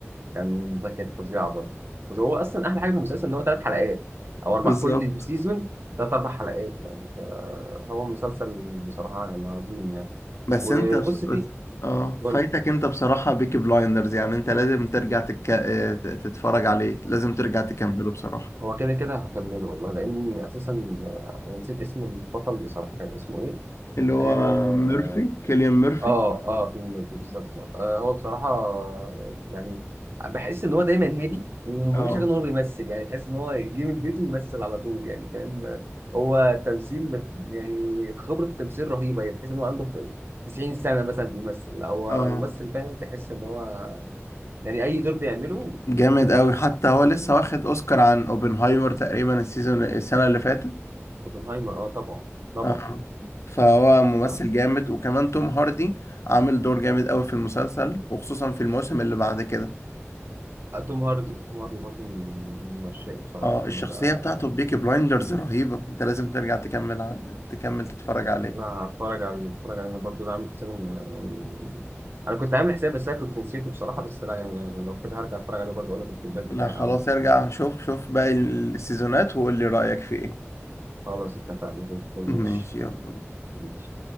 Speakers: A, on the right (about 50°); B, on the left (about 70°).
A: كان ده كانت فظيعة برضه بس هو أصلا أحلى حاجة في المسلسل إن هو ثلاث حلقات أو
B: بالظبط
A: أربع كل سيزون ثلاث أربع حلقات يعني فهو مسلسل بصراحة يعني عظيم يعني
B: بس
A: وبص
B: انت بس... بس...
A: فيه
B: اه
A: قول
B: فايتك انت بصراحة بيكي بلايندرز يعني انت لازم ترجع تك... آه، ت- تتفرج عليه لازم ترجع تكمله بصراحة
A: هو كده كده هكمله والله لأن أساسا آه، أنا نسيت اسم البطل بصراحة كان اسمه إيه؟
B: اللي هو
A: آه
B: ميرفي كيليان ميرفي
A: آه آه فيلم الكلب بالظبط آه هو بصراحة آه، يعني بحس إن هو دايما هادي وما
B: اه
A: بيعملش حاجة إن هو بيمثل يعني تحس إن هو يجي من بيته ويمثل على طول يعني فاهم آه، هو تمثيل بت- يعني خبرة التمثيل رهيبة يعني تحس إن هو عنده 90 سنة مثلا بيمثل هو
B: اه
A: ممثل فاهم تحس إن هو يعني أي دور بيعمله
B: جامد
A: بيتقنه
B: قوي
A: بصراحة
B: حتى هو لسه
A: يعني،
B: واخد اوسكار عن اوبنهايمر تقريبا السيزون السنه اللي فاتت
A: اوبنهايمر آه طبعا طبعا
B: اه فهو ممثل
A: آه.
B: جامد وكمان توم هاردي عامل دور جامد قوي في المسلسل وخصوصا في الموسم اللي بعد كده
A: توم هاردي توم هاردي برضه من من عشاقي بصراحة
B: اه
A: يعني
B: الشخصيه
A: بقى
B: بتاعته بيكي بلايندرز رهيبه انت لازم ترجع تكمل على... تكمل تتفرج عليه
A: لا هتفرج عليه هتفرج عليه برضه ده عامل حسابي يعني يعني- أنا كنت عامل حسابي بس أنا كنت نسيته بصراحة بس لا يعني يعني لو كده هرجع أتفرج عليه برضه أقول لك الفيدباك بتاعي
B: لا خلاص
A: عامل إيه
B: ارجع شوف شوف باقي السيزونات وقول لي رايك في ايه
A: خلاص اتفقنا زي الفل ماشي
B: ماشي يلا
A: ماشي.